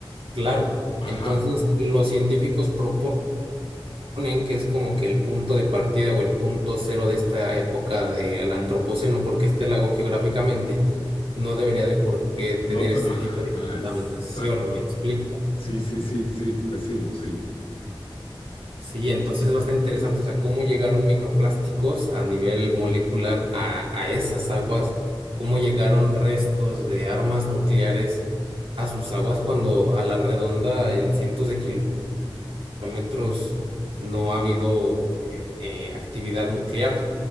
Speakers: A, on the right; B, on the left.
A: claro. Entonces,
B: Ajá,
A: los científicos proponen ponen que es como que el punto de partida o el punto cero de esta época del antropoceno, porque este lago geográficamente no debería de por qué tener
B: no te-
A: este
B: ajá,
A: tipo de contaminación,
B: exacto.
A: me explico.
B: Sí, sí, sí, sí, te sigo, sí.
A: Sí, entonces es bastante interesante, o sea, cómo llegaron microplásticos a nivel molecular a, a esas aguas, cómo llegaron restos de armas nucleares a sus aguas cuando a la redonda en cientos de kilómetros kilómetros no ha habido eh, eh, actividad nuclear.